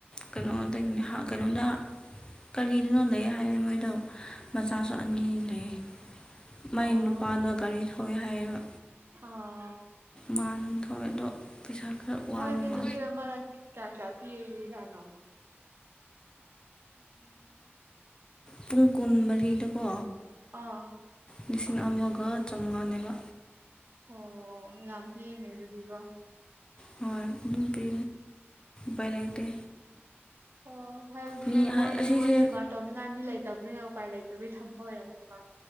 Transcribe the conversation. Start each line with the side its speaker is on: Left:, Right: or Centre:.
Left: ꯀꯩꯅꯣ ꯀꯩꯅꯣꯗ ꯀꯔꯤꯗꯨꯅꯣ ꯂꯩ ꯍꯥꯏꯅꯦ ꯃꯣꯏꯗꯣ ꯃꯆꯥꯁꯨ ꯑꯅꯤ ꯂꯩ ꯃꯥꯏ
Right: ꯑꯣ
Left: ꯅꯨꯄꯥꯗ ꯒꯥꯔꯤ ꯊꯧꯋꯤ ꯍꯥꯏꯌꯦꯕ
Right: ꯑꯥ
Left: ꯃꯥꯟ ꯊꯧꯋꯦ ꯑꯗꯣ ꯄꯩꯁꯥ ꯈꯔ ꯋꯥꯕ
Right: ꯃꯣꯏꯗꯤ
Left: ꯃꯥ
Right: ꯅꯨꯃꯤꯠ ꯑꯃꯗ ꯀꯌꯥ ꯀꯌꯥ ꯄꯤꯔꯤꯖꯥꯠꯅꯣ
Left: ꯄꯨꯡ ꯀꯨꯟꯃꯔꯤꯗꯀꯣ
Right: ꯑꯥ
Left: ꯂꯤꯁꯤꯡ ꯑꯃꯒ ꯆꯃꯉꯥꯅꯦꯕ
Right: ꯑꯣ ꯌꯥꯝ ꯀꯤꯅꯦ ꯑꯗꯨꯗꯤꯒꯣ
Left: ꯍ ꯑꯗꯨꯨꯡ ꯄ ꯄꯥꯏ ꯂꯩꯇꯦ
Right: ꯑꯣ ꯍꯥꯏꯕꯗꯤ
Left: ꯃꯤ
Right: ꯃꯣꯏꯁꯨ
Left: ꯑꯁꯤꯁꯦ
Right: ꯁꯦꯕꯥ ꯇꯧꯅꯤꯉꯥꯏ ꯃꯤ ꯂꯩꯇꯕꯅꯤꯅ ꯎꯄꯥꯏ ꯂꯩꯇꯕꯅꯤ ꯊꯝꯕ ꯑꯣꯏꯔꯝꯅꯦꯕ